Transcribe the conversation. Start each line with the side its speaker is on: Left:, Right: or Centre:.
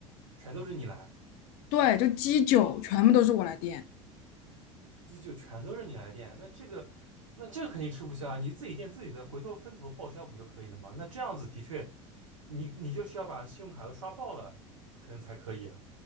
Right: 全都是你来，
Left: 对，就鸡酒全部都是我来垫，
Right: 这就全都是你来垫，那这个那这个肯定吃不消啊，你自己垫自己的，回头分头报销不就可以了吗？那这样子的确，你你就是要把信用卡都刷爆了，可能才可以啊，